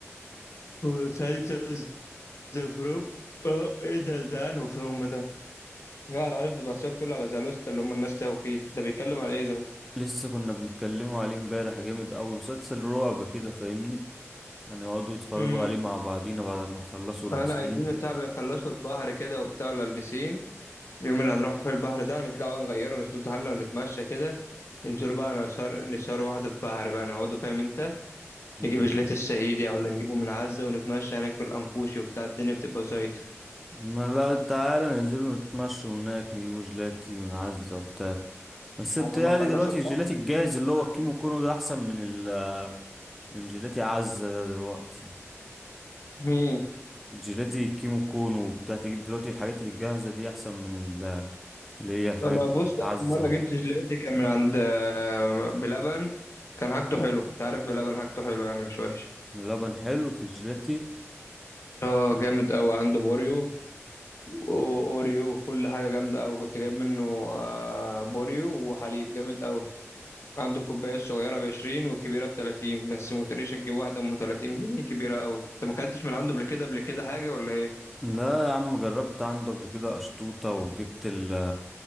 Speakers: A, on the left; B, in the centre.
A: وتسلسل ذا فروم اه ايه ده ده انه فروم ده لا انا عارف بس هي بتقول على زالوستا اللي هم الناس تاهوا فيه ده بيتكلم على ايه ده
B: لسه كنا بنتكلموا عليه امبارح جامد قوي مسلسل رعب كده فاهمني هنقعدوا نتفرجوا
A: امم
B: عليه مع بعضينا بعد ما نخلصوا البسين
A: انا عايزين الشعب يخلصوا البحر كده وبتاع لابسين اليوم اللي هنروح فيه البحر ده نطلع بقى نغيره نسوت حالنا ونتمشى كده ننزلوا بقى نسهر نسهر واحدة في بحر بقى نقعدوا فاهم انت
B: مم.
A: نجيب جيلاتي الصعيدي ولا نجيبه من عزة ونتمشى هناك في الأنفوشي وبتاع الدنيا بتبقى زيطة
B: ما لا تعالى ننزلوا نتمشوا هناك نجيبوا جيلاتي من عزة وبتاع بس
A: بعد
B: بتهيألي
A: ما خلصوا
B: دلوقتي
A: البحر
B: الجيلاتي الجاهز اللي
A: ده بقى
B: هو الكيمو
A: بالليل
B: كونو ده احسن من ال من جيلاتي عزة ده دلوقتي
A: مين؟
B: الجيلاتي الكيمو كونو وبتاع تجيب دلوقتي الحاجات الجاهزة دي احسن من ال- اللي هي الحاجات
A: أنا
B: بتاعت
A: بص آخر
B: عزة
A: مرة جبت جيلاتي كان من عند آه، بلبن كان حاجته حلو، أنت عارف بلبن حاجته حلو يعني مش وحش
B: اللبن حلو في الجيلاتي
A: اه جامد قوي عنده بوريو واوريو وكل حاجه جامده قوي كنت جايب منه آه، بوريو وحليب جامد قوي عنده الكوبايه الصغيره ب 20 والكبيره ب 30 بس ما تقوليش تجيب واحده ام 30 جنيه كبيره قوي انت ما اكلتش من عنده قبل كده قبل كده حاجه ولا ايه
B: لا يا عم جربت عنده قبل كده أشطوطة وجبت ال